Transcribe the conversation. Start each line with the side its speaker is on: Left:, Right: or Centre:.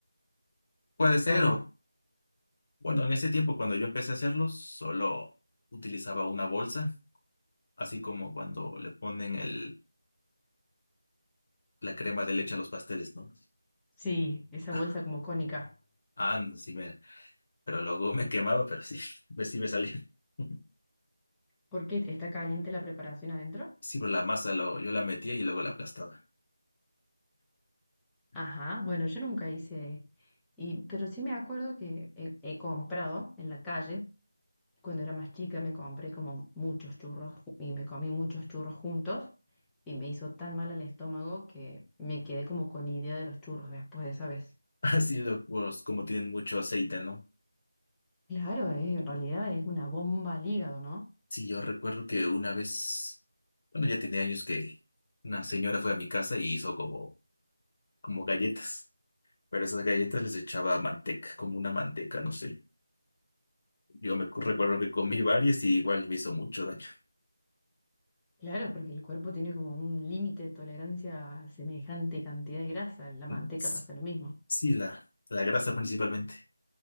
Left: Puede ser,
Centre: ¿O no?
Left: o bueno, en ese tiempo cuando yo empecé a hacerlos, solo utilizaba una bolsa, así como cuando le ponen el la crema de leche a los pasteles, ¿no?
Centre: Sí, esa
Left: Ah,
Centre: bolsa como cónica.
Left: ah, no, sí me, pero luego me quemaba, pero sí, <laughs> me, sí me salía. <laughs>
Centre: ¿Por qué está caliente la preparación adentro?
Left: Sí, pero la masa lo, yo la metía y luego la aplastaba. <laughs>
Centre: Ajá, bueno, yo nunca hice, y, pero sí me acuerdo que he, he comprado en la calle Cuando era más chica me compré como muchos churros ju- y me comí muchos churros juntos y me hizo tan mal al estómago que me quedé como con idea de los churros después de esa vez.
Left: Así lo, pues, como tienen mucho aceite, ¿no?
Centre: Claro, eh, en realidad es una bomba al hígado, ¿no?
Left: Sí, yo recuerdo que una vez, bueno, ya tenía años que una señora fue a mi casa y hizo como, como galletas, pero esas galletas les echaba manteca, como una manteca, no sé. Yo me cu- recuerdo que comí varias y igual me hizo mucho daño.
Centre: Claro, porque el cuerpo tiene como un límite de tolerancia a semejante cantidad de grasa. La
Left: <laughs>
Centre: manteca pasa lo mismo.
Left: Sí, la, la grasa principalmente.